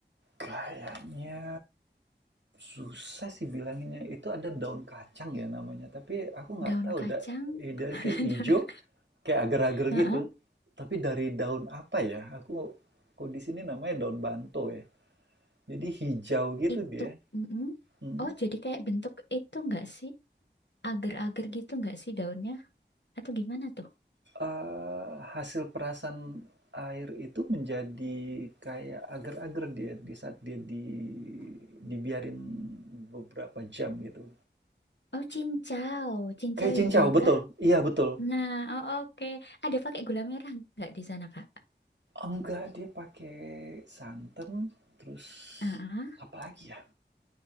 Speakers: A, on the right; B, on the left.
A: Kayaknya susah sih bilanginnya, itu ada daun kacang ya namanya, tapi aku nggak
B: Daun
A: tahu
B: kacang?
A: da i
B: <laughs>
A: kayak ijo, kayak agar-agar
B: Heeh.
A: gitu, Mhm. tapi dari daun apa ya? Aku kalau di sini namanya daun banto ya. Jadi hijau gitu
B: Itu,
A: dia.
B: mm-mm.
A: Mm.
B: Oh, jadi kayak bentuk itu nggak sih? Agar-agar gitu nggak sih daunnya? Atau gimana tuh?
A: Eh, hasil perasan air itu menjadi kayak agar-agar dia di saat dia di dibiarin beberapa jam gitu.
B: Oh, cincau. Cincau
A: Kayak cincau,
B: hijau
A: betul.
B: kah?
A: Iya, betul.
B: Nah, oh, oke. Ada pakai gula merah nggak di sana, Kak?
A: Enggak, dia pakai santan terus
B: Ah,
A: apa lagi ya?